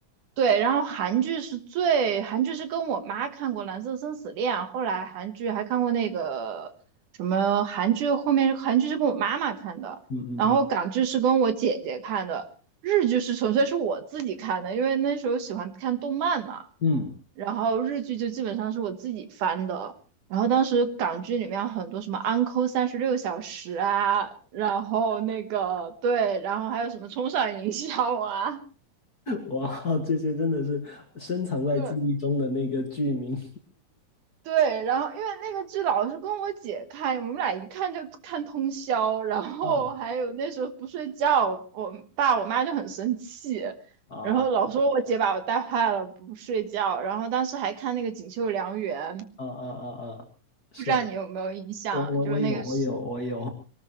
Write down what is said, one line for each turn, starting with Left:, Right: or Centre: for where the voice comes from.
Right: 对，然后韩剧是最，韩剧是跟我妈看过《蓝色生死恋》，后来韩剧还看过那个什么韩剧，后面韩剧是跟我妈妈看的，
Left: 嗯嗯嗯
Right: 然后港剧是跟我姐姐看的，日剧是纯粹是我自己看的，因为那时候喜欢看动漫嘛，
Left: 嗯。
Right: 然后日剧就基本上是我自己翻的，然后当时港剧里面很多什么《Uncle 三十六小时》啊，然后那个对，然后还有什么《冲上云霄》啊。
Left: 哇，这些真的是深藏在记忆中的那个剧名
Right: 对，对，然后因为那个剧老是跟我姐看，我们俩一看就看通宵，然后还有那时候不睡觉，
Left: 啊
Right: 我爸我妈就很生气，
Left: 啊
Right: 然后老说我姐把我带坏了，不睡觉，然后当时还看那个《锦绣良缘》，
Left: 啊啊啊啊！是
Right: 不知道你有没有印象，
Left: 我我我有我有我有
Right: 就是那个是